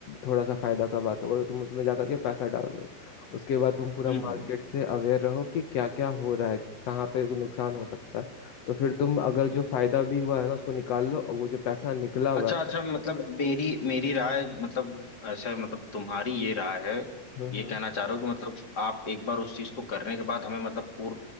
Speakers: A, on the left; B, on the left.
A: थोड़ा सा फायदा का बात होगा तो तुम उसमें जा करके पैसा डाल दो उसके बाद तुम पूरा
B: हम्म
A: मार्केट
B: हम्म
A: से अवेयर रहो कि क्या क्या हो रहा है कहाँ पे नुकसान हो सकता है तो फिर तुम अगर जो फायदा भी हुआ है ना उसको निकाल लो और वो जो पैसा निकला हुआ
B: अच्छा
A: है
B: अच्छा मतलब मेरी मेरी राय मतलब ऐसे मतलब तुम्हारी ये राय है
A: हम्म
B: ये
A: हम्म
B: कहना चाह रहे हो कि मतलब आप एक बार उस चीज को करने के बाद हमें मतलब पूर